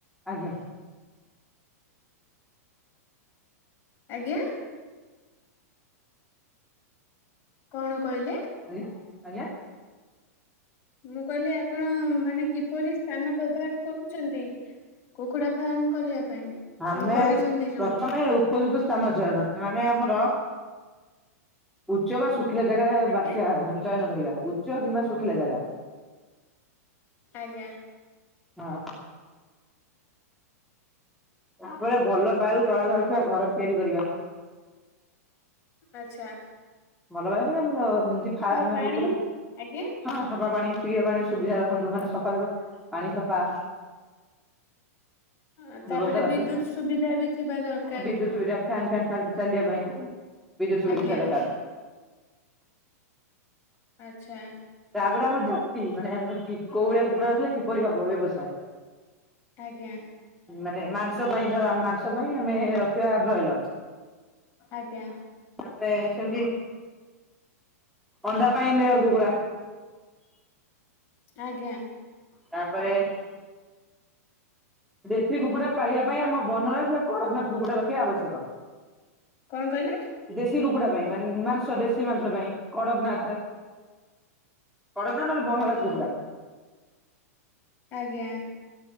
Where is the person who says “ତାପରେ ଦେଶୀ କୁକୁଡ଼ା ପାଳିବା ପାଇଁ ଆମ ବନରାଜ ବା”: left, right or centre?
Centre